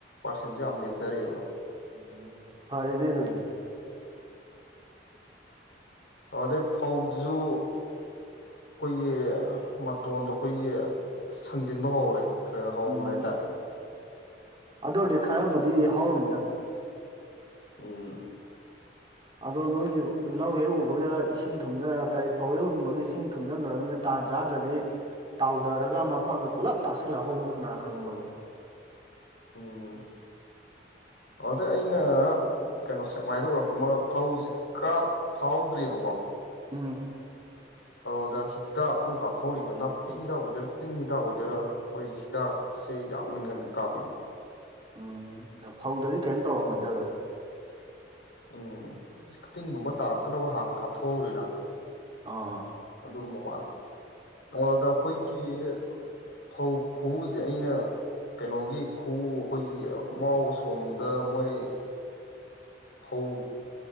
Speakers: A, on the left (about 75°); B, on the right (about 30°).
A: ꯄꯥꯔꯁꯦꯟꯁꯨ ꯌꯥꯝ ꯅꯦꯝꯊꯔꯛꯑꯦꯕ
B: ꯎꯝ ꯐꯔꯦꯅꯦ ꯑꯗꯨꯗꯤ <inaudible>
A: ꯑꯣ ꯑꯗꯩ ꯐꯧꯗꯨꯁꯨ ꯑꯩꯈꯣꯏꯒꯤ ꯃꯇꯣꯟꯗ ꯑꯩꯈꯣꯏꯒꯤ ꯁꯪꯖꯤꯟꯕ ꯍꯧꯔꯦ ꯈ ꯍꯧꯔꯦ
B: ꯎꯝ
A: ꯍꯥꯏꯇꯥꯔꯦ
B: ꯑꯗꯨ ꯑꯣꯏꯔꯗꯤ ꯈꯔꯕꯨꯗꯤ ꯍꯧꯔꯅꯤꯗ
A: ꯎꯝ
B: ꯑꯗꯣ ꯅꯣꯏꯒꯤ ꯂꯧ ꯍꯦꯛ ꯎꯕꯒ ꯏꯁꯤꯡ ꯊꯨꯝꯒ ꯀꯔꯤ ꯐꯧ ꯍꯦꯛ ꯍꯨꯟꯕꯒ ꯏꯁꯤꯡ ꯊꯨꯝꯖꯤꯟꯈ꯭ꯔꯕꯃꯤꯅ ꯇꯥꯟ ꯆꯥꯗ꯭ꯔꯗꯤ ꯇꯥꯎꯗꯔꯒ ꯃꯐꯝꯗ ꯄꯨꯂꯞ ꯇꯥꯁꯜꯂꯛꯍꯧꯕꯁꯨ ꯀꯅꯥ ꯈꯪꯕꯅꯣ
A: ꯎꯝ ꯑꯗꯨꯗ ꯑꯩꯅ ꯀꯩꯅꯣ ꯁꯦꯛꯃꯥꯏꯗ ꯎꯔꯛꯄ ꯑꯃ ꯐꯧꯁꯤ ꯀꯥꯞ ꯐꯥꯍꯧꯗ꯭ꯔꯤꯕꯀꯣ
B: ꯎꯝ
A: ꯑꯗ ꯍꯤꯗꯥꯛ ꯑꯃꯛ ꯀꯥꯞꯍꯧꯔꯤꯕ ꯅꯥꯄꯤ ꯍꯤꯗꯥꯛ ꯑꯣꯏꯗꯣꯏꯔꯥ ꯇꯤꯟ ꯍꯤꯗꯥꯛ ꯑꯣꯏꯗꯣꯏꯔꯥ ꯃꯣꯏꯁꯦ ꯍꯤꯗꯥꯛꯁꯦ ꯌꯥꯝ ꯉꯟ ꯉꯟ ꯀꯥꯞꯄꯤꯅꯤ
B: ꯎꯝ ꯐꯧꯗꯗꯤ ꯀꯩꯝ ꯇꯧꯔꯝꯃꯣꯏꯗ ꯑꯗꯣ
A: ꯎꯝ ꯀꯇꯤꯟꯒꯨꯝꯕ ꯇꯥꯔꯛꯇꯅꯕ ꯍꯥꯟꯅ ꯀꯥꯞꯊꯣꯛꯍꯧꯔꯤꯔ
B: ꯑꯣ
A: ꯑꯗꯨꯒꯨꯝꯕ ꯃꯥꯜꯂꯤ ꯑꯗꯥ ꯑꯩꯈꯣꯏꯒꯤ ꯐꯧ ꯈꯨꯎꯁꯦ ꯑꯩꯅ ꯀꯩꯅꯣꯒꯤ ꯈꯨꯎ ꯑꯩꯈꯣꯏꯒꯤ ꯃꯥꯎ ꯑꯁꯣꯝꯗ ꯃꯣꯏ ꯐꯧꯁꯦ